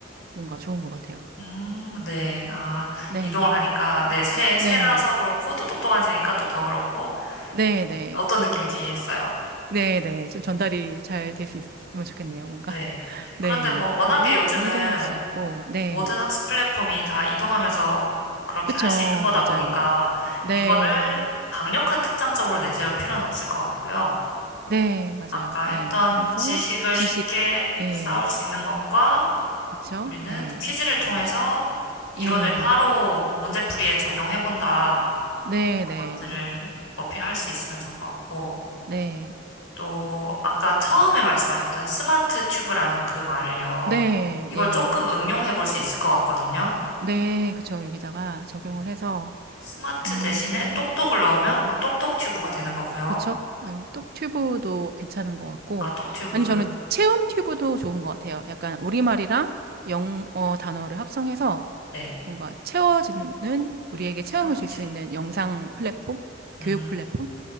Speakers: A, on the right; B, on the left.
A: 뭔가 좋은 것 같아요.
B: 음, 네. 아,
A: 네,
B: 이동을 하니까, 네, 새, 새라서
A: 네.
B: 그렇고, 또 똑똑한 새니까 또 더 그렇고,
A: 네네.
B: 어떤 느낌인지 이해했어요.
A: 네네. 좀 전달이 잘 될 수 있으면 좋겠네요, 뭔가.
B: 네.
A: <laughs> 네.
B: 그런데 뭐 워낙에
A: 그래서
B: 요즘은
A: 이동할 수 있고, 네.
B: 모든 학습 플랫폼이 다 이동하면서 그렇게
A: 그쵸.
B: 할 수 있는 거다
A: 맞아요.
B: 보니까
A: 네.
B: 이거를 강력한 특장점으로 내세울 필요는 없을 것 같고요.
A: 네. 맞아요.
B: 아까 했던
A: 예. 그래서
B: 지식을
A: 지식,
B: 쉽게
A: 예.
B: 쌓을 수 있는 것과
A: 그쵸.
B: 우리는
A: 예.
B: 퀴즈를 통해서 이론을
A: 예.
B: 바로 문제풀이에 적용해 본다.
A: 네네.
B: 것들을
A: 네.
B: 어필할 수 있으면 좋을 것 같고.
A: 네.
B: 또 아까 처음에 말씀하셨던 스마트 튜브라는 그 말을요.
A: 네.
B: 이걸
A: 예.
B: 조금 응용해 볼 수 있을 것 같거든요.
A: 네. 그쵸. 여기다가 적용을
B: 네.
A: 해서,
B: 스마트
A: 음,
B: 대신에 똑똑을 넣으면 뭐 똑똑 튜브가 되는 거고요.
A: 그쵸? 아니, 똑 튜브도 괜찮은 것 같고.
B: 아, 똑 튜브.
A: 아니, 저는 체험 튜브도 좋은 것 같아요. 약간 우리말이랑 영어 단어를 합성해서
B: 네.
A: 뭔가 채워지는, 우리에게 체험을
B: 체형
A: 줄
B: 튜브.
A: 수 있는 영상 플랫폼?
B: 음,
A: 교육 플랫폼?